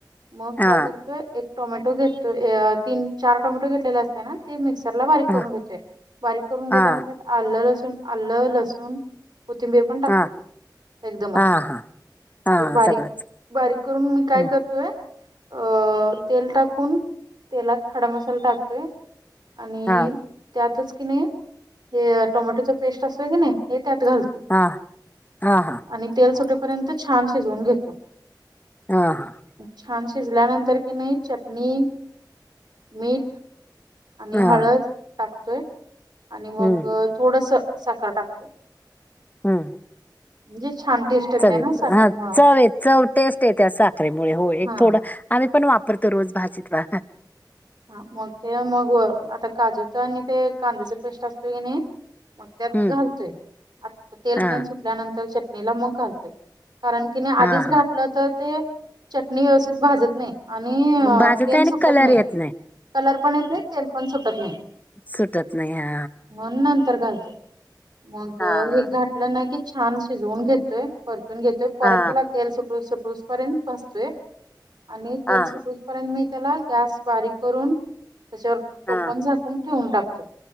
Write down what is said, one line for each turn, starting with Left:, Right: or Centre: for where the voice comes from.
Right: मग
Left: हा
Right: काय करतोय एक टोमॅटो घेतोय अ तीन चार टोमॅटो घेतलेले असतेना? ते मिक्सरला बारीक
Left: हा
Right: करून घेतोय. बारीक करून घेताना
Left: हा
Right: त्या आलं लसूण, आलं, लसूण, कोथिंबीर पण टाकते.
Left: हा
Right: एकदमच.
Left: हा हा हा
Right: ते बारीक,
Left: सगळंच
Right: बारीक करून मी काय
Left: हम्म
Right: करतोय? अ तेल टाकून. तेलात खडा मसाला टाकतोय. आणि
Left: हा
Right: त्यातच किनी, हे टोमॅटोच पेस्ट असोत की नाही. हे त्यात घालतोय.
Left: हां. हां. हां.
Right: आणि तेल सुटेपर्यंत छान शिजवून घेतो.
Left: ह ह.
Right: छान शिजल्यानंतर की नाही चटणी, मीठ आणि
Left: हा
Right: हळद टाकतोय. आणि मग
Left: हम्म
Right: थोडस, साखर टाकतोय.
Left: हम्म.
Right: म्हणजे छान टेस्ट येते
Left: चवी
Right: ना साखरेमुळ
Left: हा चव ये चव टेस्ट येत्या साखरेमुळे. हो एक
Right: हा
Left: थोडं आम्ही पण वाप परतो रोज भाजीत बा.
Right: ह मग ते मग व. आता काजूच आणि ते कांद्याचा पेस्ट असतोय की नाही, मग त्यात
Left: हम्म
Right: घालतोय. आ तेल
Left: हा
Right: त्यान सुटल्यानंतर चटणीला मग घालतोय. कारण कि नाही
Left: हा
Right: आधीच
Left: हा
Right: घातलं तर ते, चटणी व्यवस्थित भाजत नाही. आणि
Left: भाजत
Right: तेल
Left: नाही आणि
Right: सुटत
Left: कलर
Right: नाही.
Left: येत
Right: कलर पण येत नाही. तेल पण सुटत नाही.
Left: सुटत नाही हा
Right: म्हणून नंतर घालते. मग
Left: हा
Right: हे घा लं नाही की छान शिजवून घेतोय परतून घेतोय परत
Left: हा
Right: त्याला तेल सुट सुटुसपर्यंत भाजतोय. आणि तेल
Left: हा
Right: सुटपर्यंत मी त्याला गॅस बारीक करून त्याच्यावर टोपन
Left: हा
Right: झाकून ठेवून टाकतोय